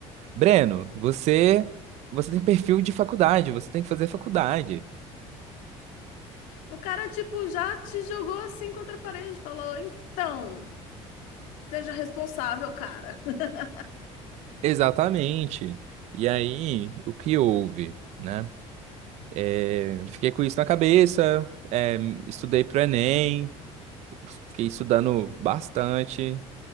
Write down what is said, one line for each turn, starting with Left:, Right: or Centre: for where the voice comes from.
Right: Breno, você você tem perfil de faculdade, você tem que fazer faculdade.
Left: O cara, tipo, já te jogou assim contra a parede, falou, então, seja responsável, cara. <laughs>
Right: Exatamente. E aí, o que houve, né? É, fiquei com isso na cabeça, é, estudei pro Enem, fiquei estudando bastante.